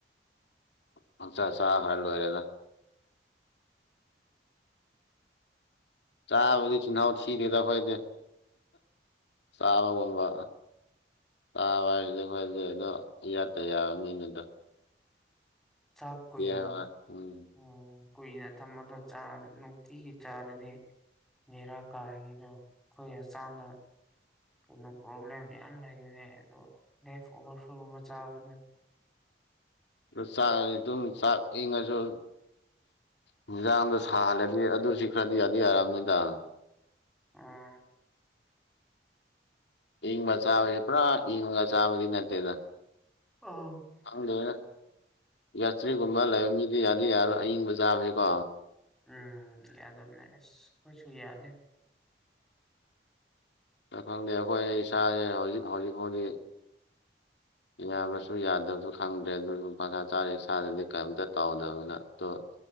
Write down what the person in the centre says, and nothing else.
ꯆꯥꯛ ꯀꯨꯏꯅ
ꯑꯣ ꯀꯨꯏꯅ ꯊꯝꯝꯕꯗꯣ ꯆꯥꯔ ꯅꯨꯡꯇꯤꯒꯤ ꯆꯥꯔꯗꯤ ꯕꯦꯔꯥ ꯀꯥꯔꯅꯤꯅ <unintelligible> ꯀꯣꯟꯅ ꯄ꯭ꯔꯣꯕ꯭ꯂꯦꯝ ꯃꯌꯥꯝ ꯂꯩꯔꯤꯕꯅꯦ <unintelligible> ꯆꯥꯕꯅꯦ
ꯑꯣ
ꯑꯣ
ꯎꯝ ꯌꯥꯗꯕꯅꯦ ꯑꯁ ꯈꯣꯏꯁꯨ ꯌꯥꯗꯦ